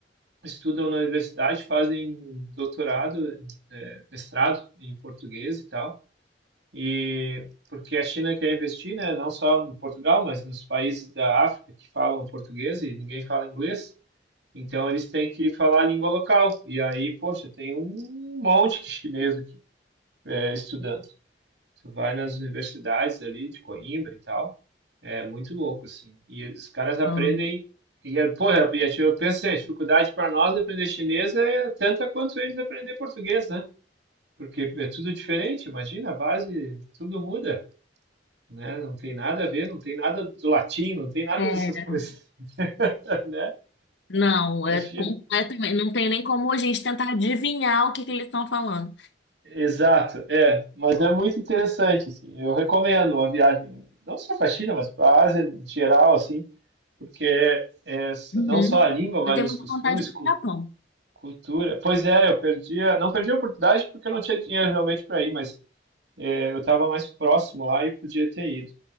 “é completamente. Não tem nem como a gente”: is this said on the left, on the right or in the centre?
Left